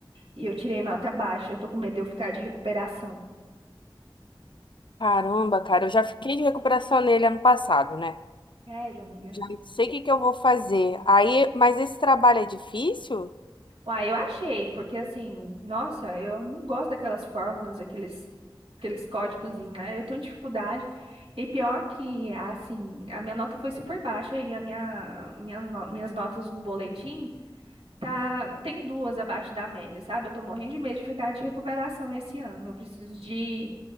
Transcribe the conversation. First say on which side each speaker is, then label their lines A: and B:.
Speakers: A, on the right; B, on the left.
A: E eu tirei nota baixa, eu tô com medo de eu ficar de recuperação.
B: Caramba, cara, eu já fiquei de recuperação nele ano passado, né?
A: Sério, amiga?
B: Já não sei o que que eu vou fazer. Aí, mas esse trabalho é difícil?
A: Uai, eu achei, porque assim, nossa, eu não gosto daquelas fórmulas, aqueles, aqueles códigos, né? Eu tenho dificuldade. E pior que, assim, a minha nota foi super baixa e a minha, minha no- minhas notas no boletim tá, tem duas abaixo da média, sabe? Eu tô morrendo de medo de ficar de recuperação esse ano. Eu preciso de,